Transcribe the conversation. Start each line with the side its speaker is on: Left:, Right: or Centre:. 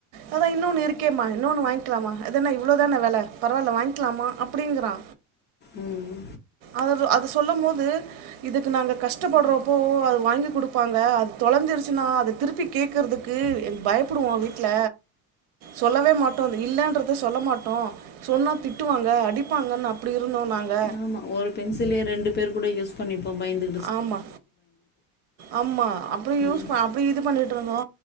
Right: அதா இன்னொன்னு இருக்கேமா இன்னொன்னு வாய்ங்கிலாமா அதென்னா இவ்ளோ தான வெல பரவால்ல வாய்ங்கிலாமா அப்டிங்றா
Left: ம்
Right: அவரு அது சொல்லும் மோது இதுக்கு நாங்க கஷ்டப்பட்றப்போ அது வாங்கி குடுப்பாங்க அது தொலஞ்சிருச்சுனா அது திருப் ப்பி கேக்கற்துக்கு பயப்புடுவா வீட்ல சொல்லவே மாட்டோ இல்லன்றத சொல்ல மாட்டோ சொன்னா திட்டுவாங்க அடிப்பாங்கன் அப்டி இருந்தோ நாங்க
Left: ஆமா. ஒரு பென்சிலே ரெண்டு பேர் கூட யூஸ் பண்ணிப்போ பய்ந்து
Right: ஆமா ஆமா அப்டி யூஸ்
Left: ம்.
Right: அப்டி இது பண்ணிட்ருந்தோ